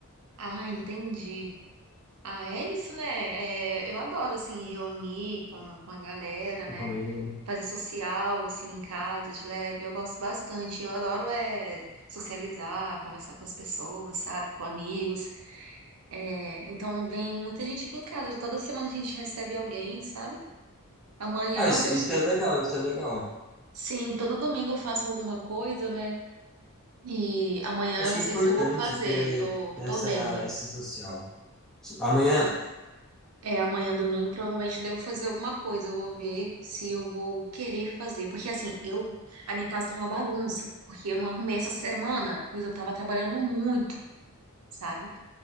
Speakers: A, on the right; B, in the centre.
A: Ah, entendi. Ah, é isso, né? É, eu adoro, assim, reunir com, com a galera, né?
B: Aí-
A: Fazer social, assim, em casa, de leve. Eu gosto bastante. Eu adoro, é, socializar, conversar com as pessoas, sabe? Com amigos. É, então, vem muita gente aqui em casa. Toda semana a gente recebe alguém, sabe? Amanhã,
B: Ah, isso,
A: todo...
B: isso é legal, isso é legal.
A: sim, todo domingo eu faço alguma coisa, né? E amanhã
B: Acho
A: eu não
B: que é
A: sei
B: importante
A: se eu vou fazer.
B: ter
A: Tô,
B: essa,
A: tô vendo.
B: esse social. Amanhã
A: É, amanhã, domingo, provavelmente eu devo fazer alguma coisa. Eu vou ver se eu vou querer fazer. Porque assim, eu, a minha casa tá uma bagunça, porque eu não arrumei essa semana, pois eu tava trabalhando muito, sabe?